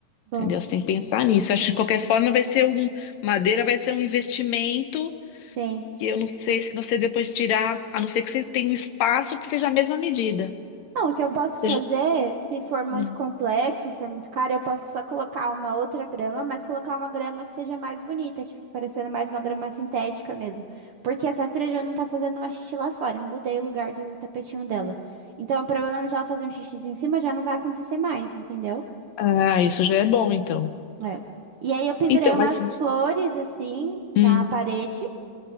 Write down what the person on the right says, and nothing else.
Bom,
sim.
Não, o que eu posso
fazer, se for muito
complexo, for muito caro, eu posso só colocar uma outra grama, mas colocar uma grama que seja mais bonita, que fique parecendo mais uma grama sintética mesmo. Porque a Safira já não tá fazendo uma xixi lá fora. Eu mudei o lugar do tapetinho dela. Então, o problema de ela fazer um xixi em cima já não vai acontecer mais, entendeu?
É. E aí eu pendurei
umas
flores assim na
parede